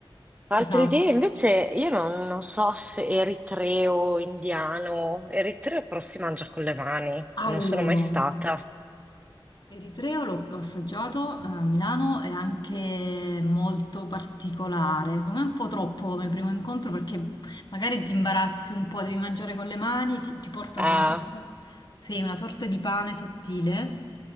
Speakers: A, on the left; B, on the right.
A: esatto.
B: Altre idee, invece, io non, non so se eritreo, indiano, eritreo però si mangia con le mani, non
A: Allora,
B: sono mai stata.
A: l'eritreo l'ho l'ho assaggiato eh, a Milano, è anche molto particolare, secondo me è un po' troppo come primo incontro perché magari ti imbarazzi un po', devi mangiare con le mani, ti, ti portano
B: Ah,
A: una sorta... Sì, una sorta di pane sottile